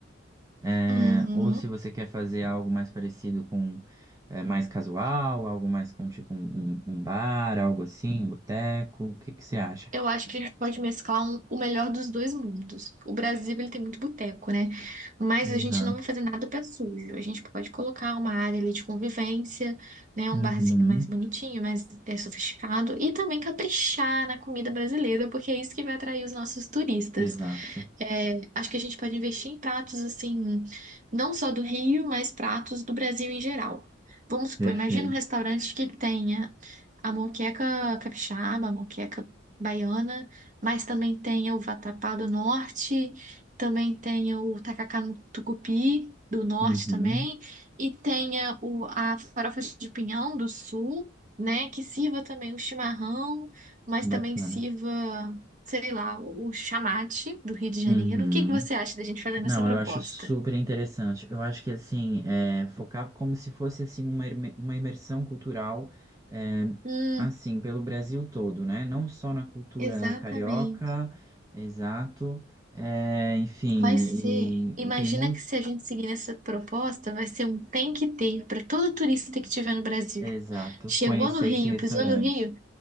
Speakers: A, on the right; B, on the right.
A: É,
B: Uhum.
A: ou se você quer fazer algo mais parecido com é, mais casual, algo mais com tipo um, um- um bar, algo assim, um boteco, o que que você acha?
B: Eu acho que a gente pode mesclar um- o melhor dos dois mundos. O Brasil, ele tem muito boteco, né? Mas a
A: Exato.
B: gente não vai fazer nada pé sujo. A gente pode colocar uma área ali de convivência, né? Um
A: Uhum.
B: barzinho mais bonitinho, mais é, sofisticado. E também caprichar na comida brasileira, porque é isso que vai atrair os nossos turistas.
A: Exato.
B: É, acho que a gente pode investir em pratos, assim, não só do Rio, mas pratos do Brasil em geral. Vamos supor,
A: Perfeito.
B: imagina um restaurante que tenha a moqueca capixaba, a moqueca baiana, mas também tem o vatapá do norte, também tem o tacacá no tucupi do norte
A: Uhum.
B: também, e tenha o, a farofa de pinhão do sul, né, que sirva também o chimarrão, mas
A: Bacana.
B: também sirva, sei lá, o chamate do Rio de Janeiro.
A: Uhum.
B: O que que você acha da gente fazer nessa
A: Não,
B: proposta?
A: eu acho super interessante. Eu acho que assim, é, focar como se fosse assim uma, imer- uma imersão cultural, é,
B: Hum,
A: assim, pelo Brasil todo, né? Não só na cultura
B: exatamente.
A: carioca, exato. É, enfim,
B: Vai ser.
A: e
B: Imagina
A: tem muito,
B: que se a gente seguir nessa proposta, vai ser um tem que ter para todo turista que estiver no Brasil.
A: exato,
B: Chegou
A: conhecer
B: no Rio,
A: esse restaurante,
B: pisou no Rio,